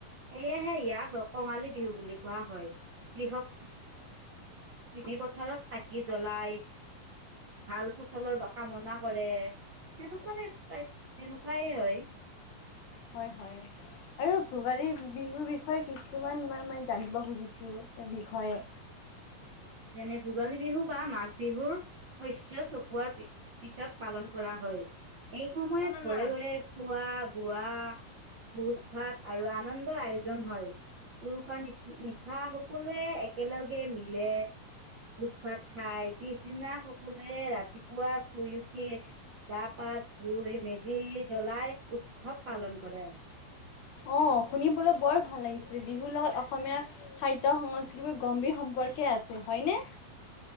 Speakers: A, on the right (about 50°); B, on the left (about 70°).
A: সেয়েহে ইয়াক কঙালী বিহু বুলি কোৱা হয় কৃষক চিনি পথাৰত চাকি জ্বলাই ভাল ফচলৰ কামনা কৰে তেনেকুৱা টাইপ তেনেকুৱাই হয়
B: হয় হয়, আৰু ভোগালী বিহুৰ বিষয়ে কিছুমান মই মে জানিব খুজিছোাৰ বিষয়ে
A: যেনে ভোগালী বিহু বা মাঘ বিহুৰ শস্য চপোৱাৰ পিছত পালন কৰা হয়। এই সময়ত
B: অ' নানা।
A: ঘৰে ঘৰে খোৱা বোৱা। ভোজ- ভাত আৰু আনন্দৰ আয়োজন হয়। উৰুকা নিশা সকলোৱে একেলগে মিলে পোজ ভাত খাই পিছদিনা সকলোৱে ৰাতিপুৱা শুই উঠি গা পা ধুই মেজি জ্বলাই উৎসৱ পালন কৰে।
B: অঁ শুনিবলৈ বৰ ভাল লাগিছে বিহুৰ লগত অসমীয়া খাদ্য সংস্কৃতিবোৰ গম্ভীৰ সম্পৰ্কে আছে হয়নে।